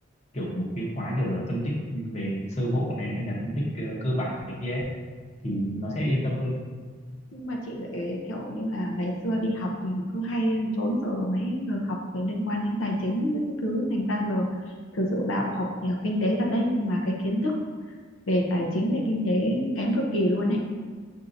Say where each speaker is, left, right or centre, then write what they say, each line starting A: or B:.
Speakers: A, on the left; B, on the left.
A: kiểu một cái khóa kiểu là phân tích về sơ bộ này hay là phân tích ờ, cơ bản này kia ấy, thì
B: Ừ.
A: nó sẽ yên tâm hơn
B: Nhưng mà chị lại kiểu như là ngày xưa đi học thì cứ hay trốn giờ mấy giờ học về liên quan đến tài chính với các thứ thành ra giờ thực sự bảo học thì học kinh tế thật đấy nhưng mà cái kiến thức về tài chính về kinh tế kém cực kỳ luôn ấy